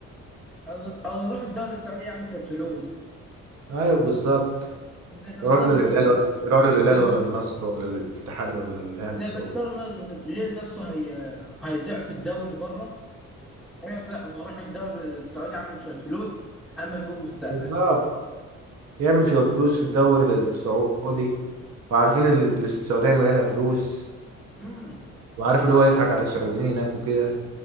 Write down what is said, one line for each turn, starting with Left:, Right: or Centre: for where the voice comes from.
Centre: او او يروح الدوري السعودي يعمل شويه فلوس
Right: أيوه بالظبط
Centre: زي كريستيانو
Right: يروح له الهلال
Centre: رونالدو كده
Right: ولا يروح له الهلال
Centre: زي
Right: ولا
Centre: كر-
Right: النصر ولا الاتحاد ولا الأهلي
Centre: زي
Right: السعودي
Centre: كريستيانو رونالدو كده ليه نفسه هي هيضيع في الدوري بره يقول لك لا انا هروح الدوري السعودي اعمل شويه فلوس امن بيهم مستقبل
Right: بالظبط يعمل شوية فلوس في الدوري السعودي وعارفين ال- ال- السعودية مليانة فلوس
Centre: امم
Right: وعارف اللي هو يضحك على السعوديين هناك وكده